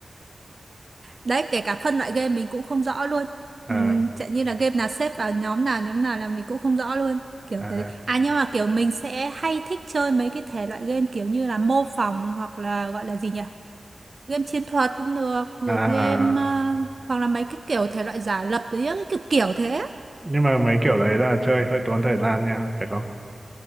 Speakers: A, on the right (about 55°); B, on the right (about 20°).
A: Đấy, kể cả phân loại game mình cũng không rõ luôn.
B: à,
A: Ừ, chẳng như là game nào xếp vào nhóm nào, nhóm nào là mình cũng không rõ luôn. Kiểu
B: à,
A: cái À nhưng mà kiểu mình sẽ hay thích chơi mấy cái thể loại game kiểu như là mô phỏng hoặc là gọi là gì nhỉ? game chiến thuật cũng được rồi
B: à.
A: game ờ, hoặc là mấy cái kiểu thể loại giả lập rồi những cái kiểu kiểu thế
B: nhưng mà mấy kiểu đấy là chơi hơi tốn thời gian nha phải không